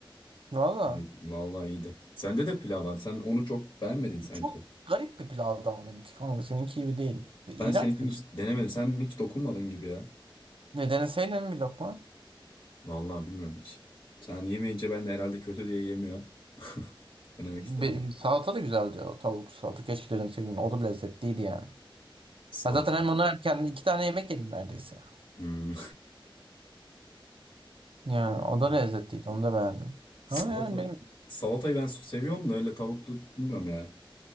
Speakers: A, on the right; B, on the left.
A: Valla.
B: Evet, Vallahi iyiydi. Sende de pilav var. Sen onu çok beğenmedin sanki.
A: Çok garip bir pilavdı ama benimki kanka. Seninki gibi değil. Ve İğrenç
B: Ben seninkini
A: bir pilav.
B: hiç denemedim. Sen hiç dokunmadın gibi ya.
A: Ne deneseydin bir lokma?
B: Vallahi bilmiyorum hiç. Sen yemeyince ben de herhalde kötü diye yemiyor. <laughs> Denemek
A: Bir,
B: istemedim.
A: salata da güzeldi o tavuk salata. Keşke deneseydin. O da lezzetliydi yani.
B: Salata.
A: Ha, zaten hem onu hem kendi iki tane yemek yedim neredeyse.
B: Hmm.
A: Yani o
B: Evet.
A: da lezzetliydi. Onu da beğendim. Ama
B: Salata.
A: yani benim
B: Salatayı ben seviyorum da öyle tavuklu bilmiyorum ya.